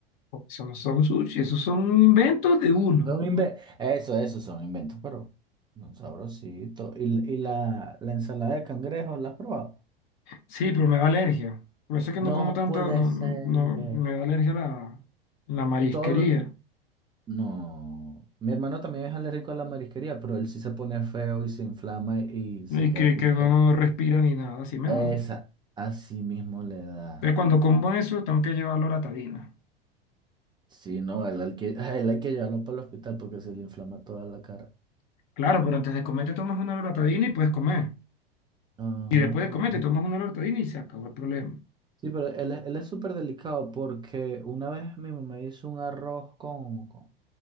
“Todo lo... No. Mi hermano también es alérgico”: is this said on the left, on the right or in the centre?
Right